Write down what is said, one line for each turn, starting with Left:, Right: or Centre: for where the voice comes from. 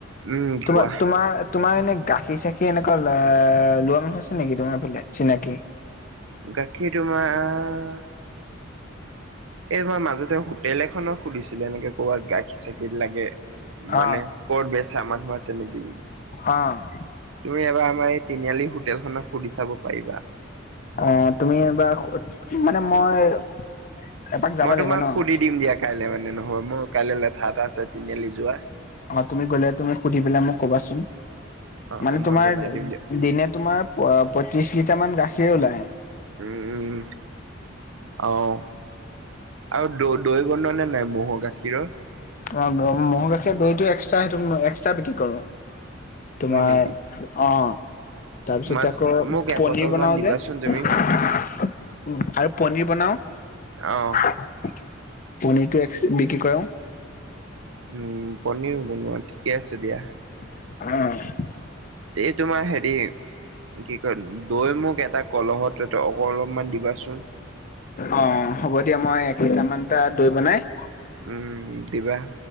Right: উম
Left: তোমাৰ,
Right: কোৱা
Left: তোমাৰ তোমাৰ এনে গাখীৰ চাখিৰ এনেকুৱা লোৱা মানুহ আছে নেকি, তোমাৰ ফালে চিনাকি?
Right: গাখীৰ তোমাৰ! এই মই মাজতে হোটেল এখন সুধিছিলোঁ এনেকে কৰ'বাত গাখীৰ চাখিৰ লাগে। মানে
Left: অ
Right: ক'ৰ ববেছা মানুহ আছে নেকি বুলি?
Left: অ'।
Right: তুমি এবাৰ আমাৰ এই তিনিআলি হোটেলখনক সুধি চাব পাৰিবা।
Left: অ', তুমি এবাৰ সুধ, মানে মই এপাক যাব
Right: মই তোমাক
Left: লাগিব ন
Right: সুধি দিম দিয়া। কাইলৈ মানে নহ'ব, মোৰ কাইলৈ লেঠা এটা আছে, তিনিআলি যোৱাৰ
Left: অ', তুমি গ'লে, তুমি সুধি পেলাই মোক ক'বাচোন।
Right: অ'
Left: মানে
Right: মই
Left: তোমাৰ,
Right: জনাই দিম দিয়া
Left: দিনে তোমাৰ পোৱা পঁয়ত্ৰিশ লিটাৰমান গাখীৰ ওলায়।
Right: উম, উম। অ'। আৰু দৈ, দৈ বনোৱা নে নাই? ম'হৰ গাখীৰৰ
Left: অ', ম-ম'হৰ গাখীৰৰ দৈটো এক্সট্ৰা, সেইটো এক্সট্ৰা বিক্ৰী কৰোঁ। তোমাৰ,
Right: হয় নেকি?
Left: অ'। তাৰপিছতে
Right: মাক
Left: আকৌ,
Right: মোক এবটল
Left: পনিৰ বনাওঁ
Right: মান দিবাচোন
Left: যে,
Right: তুমি
Left: আৰু পনীৰ বনাওঁ
Right: অ'।
Left: পনীৰটো এক্সট্ৰা বিক্ৰী কৰাও
Right: উম, পনীৰো বনোৱা, ঠিকেই আছে দিয়া।
Left: অ'।
Right: এই তোমাৰ, হেৰি কি কয়, দৈ মোক এটা কলহত, অলপমান দিবাচোন।
Left: অ', হ'ব দিয়া, মই এক লিটাৰমানটা দৈ বনাই
Right: <inaudible> উম, দিবা।